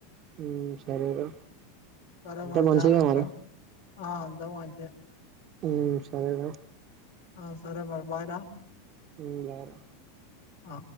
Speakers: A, on the right (about 40°); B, on the left (about 75°).
A: హుమ్ సరేరా
B: సరే
A: అంతా
B: మరి
A: మంచిదే
B: జాగ్రత్త
A: మరి
B: రా ఆ అంతా మంచే
A: హుమ్ సరేరా
B: ఆ సరే మరి బాయ్ రా
A: హుమ్ రాను
B: ఆ